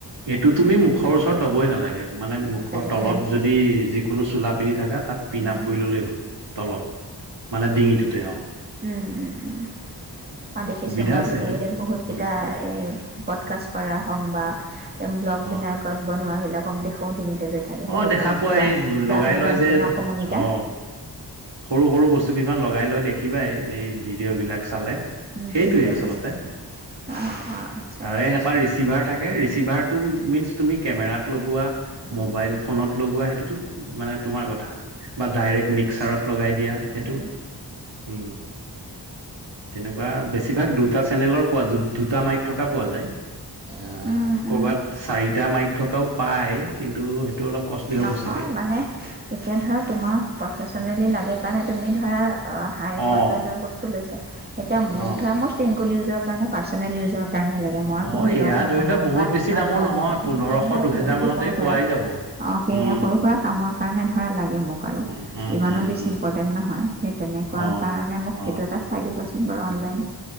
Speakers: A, on the right; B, on the right.
A: এইটো তুমি মুখৰ ওচৰত লবই নালাগে মানে মুখৰ
B: জানিছো
A: তলত
B: জানিছো
A: যদি যিকোনো চোলা পিন্ধি থাককা তাত পিণ্
B: উম
A: আপ কৰি ললেই হ'ল তলত মানে ডিঙিটোতে অ।
B: উম, উম, উম ম দেখিছোঁ
A: সুবিধা
B: মই
A: আছে এইটো
B: এই বহুতকেইটা
A: উম
B: এই পডকাষ্ট কৰা হওঁক বা ব্লগ
A: অ
B: বিলাকত বনোৱা বিলাকক দেখোও লৈ থালো সেইটো
A: অ
B: অকমানিকা
A: দেখা পোৱা এই লগাই
B: ব্ৰাছ বাটৰ
A: লয় যে
B: নিচিনা অকমানিকা
A: অ সৰু, সৰু বস্তু কিছুমান লগাই লৈ দেখিবাই এই ভিডিঅ' বিলাক চালে
B: দেখিছ
A: সেইটোৱে আচলতে
B: অ ', অ',
A: তাৰে এটা ৰিচিভাৰ থাকে ৰিচিভাৰ টো মিনচ তুমি কেমেৰাত লগোৱা
B: উম
A: মোবাইল ফোনত লগোৱা সেইটোতো মানে তোমাৰ কথা বা ডাইৰেক্ট মিক্সাৰত
B: আচ্ছা
A: লগাই দিয়া
B: বুজিলোঁ
A: সেইটো উম, তেনেকুৱা বেছিভাগ দুটা চেনেলৰ পোৱা দুটা মাইক থকা পোৱা যায় আহ,
B: এতিয়া
A: কৰ'বাত চাৰিটা মাইক থকাও পায় কিন্তু অলপ কষ্টলি হ'ব
B: নহয়
A: চাগে।
B: মানে এতিয়া ধৰা তোমাক প্ৰফেচনেলি লাগে কাৰণে তুমি ধৰা হাই
A: অ',
B: প্ৰফাইলৰ বস্তু লৈছে এতিয়া মোক
A: অ',
B: ধৰে মোৰ ছিংগল ইউজৰ কাৰণে পাৰ্চনেল ইউজৰ কাৰণে সকাৰণে লাগে মই
A: অ',
B: কোনো ব্লগ
A: এয়া
B: নবনাওঁ
A: ধৰি লোৱা বহুত
B: বা
A: বেছি
B: নব
A: দামৰ
B: নকওঁ
A: নহয়
B: কিন্তু
A: পোন্ধৰশ
B: মোৰ মানে ধৰা
A: দুহেজাৰ
B: কিবা কিবি
A: মানতেই
B: সৰু
A: পোৱাই
B: সুৰা
A: যাব।
B: অ', সে
A: উম,
B: সৰু সুৰা কামৰ কাৰণে ধৰা লাগে মোক আৰু
A: উম, উম,
B: ইমানো
A: উম,
B: বেছি
A: উম,
B: ইম্পৰ্টেণ্ট নহয় সেই তেনে তেুৱ
A: অ',
B: কাৰণে মোক সেইটো
A: অ',
B: এটা চাই তাৰপিছত বাৰু অনলাইন